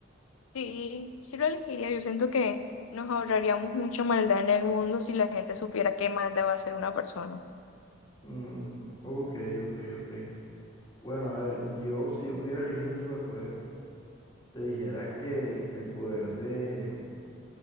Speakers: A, on the left (about 80°); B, on the left (about 20°).
A: Sí, sí lo elegiría. Yo siento que nos ahorraríamos mucha maldad en el mundo si la gente supiera qué maldad va a hacer una persona.
B: Mm, mm, ok, ok, ok. Bueno, a ver, yo si yo pudiera elegir un superpoder, te dijera que el poder de,